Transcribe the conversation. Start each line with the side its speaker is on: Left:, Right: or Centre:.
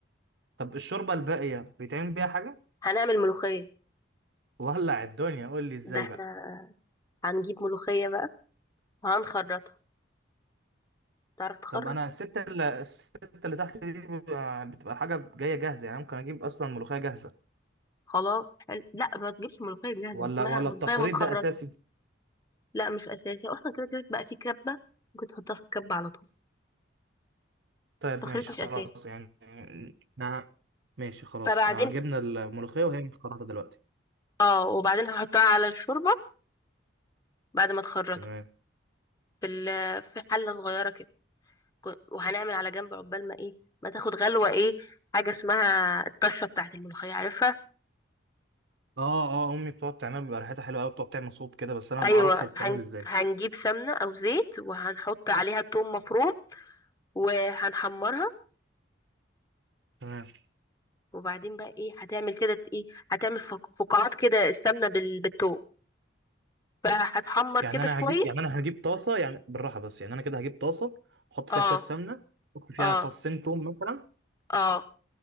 Right: طب الشوربه الباقيه بيتعمل بيها حاجه
Left: هنعمل ملوخية
Right: ولع الدنيا قول لي ازاي
Left: ده احنا
Right: بقى
Left: هنجيب ملوخية بقى وهنخرطها تعرف تخرط
Right: طب انا الستة اللي الستة اللي تحت دي بتبقى بتبقى الحاجة جاية جاهزة يعني ممكن اجيب اصلا ملوخية جاهزة
Left: خلاص حلو لا ما تجيبش ملوخية جاهزة
Right: ولا
Left: اسمها
Right: ولا
Left: ملوخية
Right: التخريط
Left: متخرطة
Right: ده اساسي
Left: لا مش أساسي أصلا كده كده بقى في كبة ممكن تحطها في الكبة على طول
Right: طيب
Left: التخريط
Right: ماشي
Left: مش
Right: خلاص
Left: أساسي
Right: يعني نعم ماشي خلاص
Left: فبعدين
Right: آه، جبنا الملوخية وهي متخرطة دلوقتي
Left: اه وبعدين هحطها على الشوربة بعد ما تخرطها
Right: تمام
Left: في ال- في حلة صغيرة كده ك- وهنعمل على جنب عقبال ما ايه ما تاخد غلوة ايه حاجة اسمها الطشة بتاعت الملوخية عارفها
Right: اه اه امي بتقعد تعملها بيبقى ريحتها حلوه قوي بتقعد تعمل صوت كده بس انا
Left: ايوه
Right: ما بعرفش هي بتتعمل
Left: هن...
Right: ازاي
Left: هنجيب سمنه او زيت وهنحط عليها توم مفروم وهنحمرها
Right: تمام
Left: وبعدين بقى ايه هتعمل كده ايه هتعمل فق- فقاعات كده السمنه بال... بالتوم فهتحمر
Right: يعني
Left: كده
Right: انا
Left: شويه
Right: هجيب يعني انا هجيب طاسه يعني بالراحه بس يعني انا كده هجيب طاسه احط فيها
Left: اه
Right: شويه سمنه احط فيها
Left: اه
Right: فصين توم مثلا
Left: اه